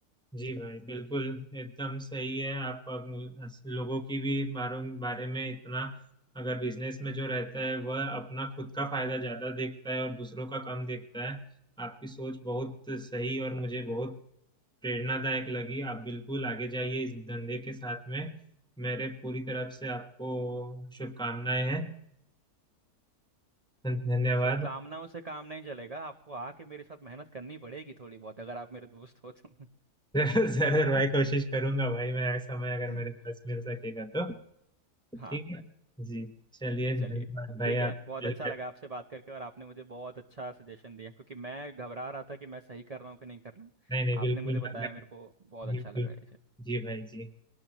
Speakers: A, in the centre; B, on the right.
A: जी भाई बिल्कुल एकदम सही है आप अग- लोगों की भी बारों बारे में इतना अगर बिजनेस में जो रहता है वह अपना खुद का फायदा ज्यादा देखता है और दूसरों का कम देखता है आपकी सोच बहुत सही और मुझे बहुत प्रेरणादायक लगी आप बिल्कुल आगे जाइए इस धंधे के साथ में मेरे पूरी तरफ से आपको शुभकामनाएं हैं धन- धन्यवाद
B: शुभकामनाओं से काम नहीं चलेगा आपको आके मेरे साथ मेहनत करनी पड़ेगी थोड़ी बहुत अगर आप मेरे दोस्त हो तो
A: <laughs> जरूर भाई कोशिश करूंगा भाई मैं समय अगर
B: <laughs>
A: मेरे पास मिल सकेगा तो ठीक
B: हाँ
A: है जी चलिए
B: चलिए
A: धन्यवाद भाई
B: ठीक है
A: आप
B: बहुत
A: बिल्कुल
B: अच्छा लगा आपसे बात करके और आपने मुझे बहुत अच्छा सजेशन दिया क्योंकि मैं घबरा रहा था कि मैं सही कर रहा हूँ कि नहीं कर रहा हूँ
A: नहीं नहीं बिल्कुल
B: आपने मुझे बताया मेरे को बहुत
A: बिल्कुल
B: अच्छा लगा इसे
A: जी भाई जी